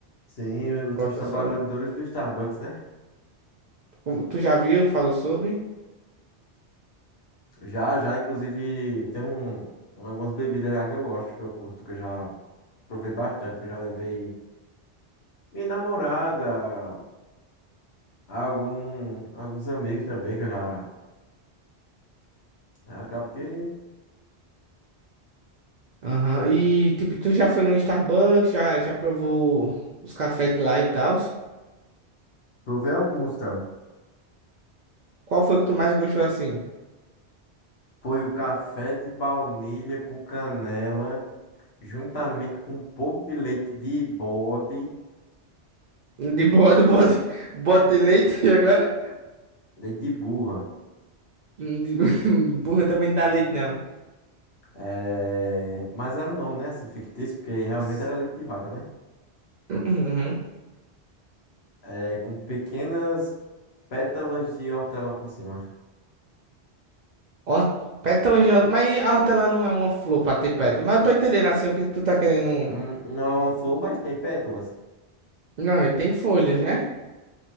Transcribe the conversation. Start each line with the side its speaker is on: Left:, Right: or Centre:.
Left: Sim, os
Right: Coloca
Left: seus trabalhadores
Right: só.
Left: do Starbucks, né?
Right: Como tu já viu, falou sobre.
Left: Já, já, inclusive, tem um, um- algumas bebidas lá que eu gosto, que eu curto, que eu já provei bastante, que eu já levei minha namorada, algum, alguns amigos também, que eu já. né, Acabo que
Right: Aham. E tipo, tu já foi no Starbucks, já já provou os cafés de lá e tal.
Left: provei alguns, cara.
Right: Qual foi que tu mais gostou assim?
Left: Foi o café de baunilha com canela, juntamente com um pouco de leite de bode,
Right: De bode, bode, bode de leite <laughs> agora?
Left: leite de burra.
Right: Hum, De- <laughs> Burra também não dá leite, não.
Left: É... Mas era o nome, né? Assim, fictício, porque realmente
Right: Sim.
Left: era leite de vaca, né?
Right: <clears throat>
Left: É, com pequenas Pétalas de hortelã por cima.
Right: Ó, pétalas de hortelã. Mas a hortelã não é uma flor pra ter pétalas. Mas eu tô entendendo assim o que tu tá querendo.
Left: Hum, não é uma flor, mas tem pétalas.
Right: Não, ele tem folhas, né?